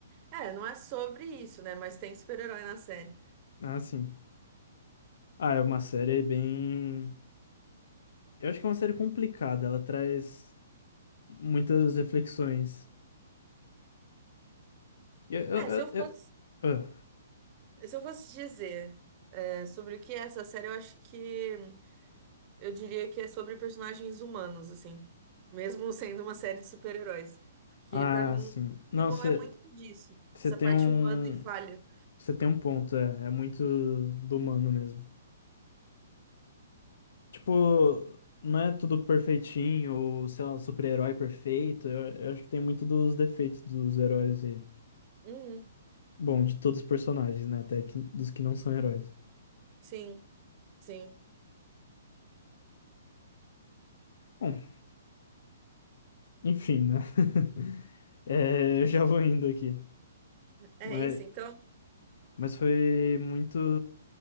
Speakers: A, on the right (about 30°); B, on the left (about 55°).
A: É, não é sobre isso, né? Mas tem super-herói na série.
B: Ah, sim. Ah, é uma série bem. Eu acho que é uma série complicada. Ela traz muitas reflexões. Eu, eu,
A: É, se eu fosse,
B: eu, eu-
A: se eu fosse dizer, é, sobre o que é essa série, eu acho que. Eu diria que é sobre personagens humanos, assim. Mesmo sendo uma série de super-heróis. Porque
B: Ah,
A: pra mim
B: Ah, sim. Não,
A: ficou
B: você
A: é muito disso. Essa parte
B: tem um.
A: humana e falha.
B: Você tem um ponto, é. É muito do humano mesmo. Tipo, não é tudo perfeitinho, ou sei lá, super-herói perfeito. Eu, eu acho que tem muito dos defeitos dos heróis e.
A: Uhum,
B: Bom, de todos os personagens, né? Até que, dos que não são heróis.
A: sim, sim.
B: Bom, enfim, né? <laughs> É, eu já vou indo aqui.
A: É
B: Mas,
A: isso, então.
B: mas foi muito,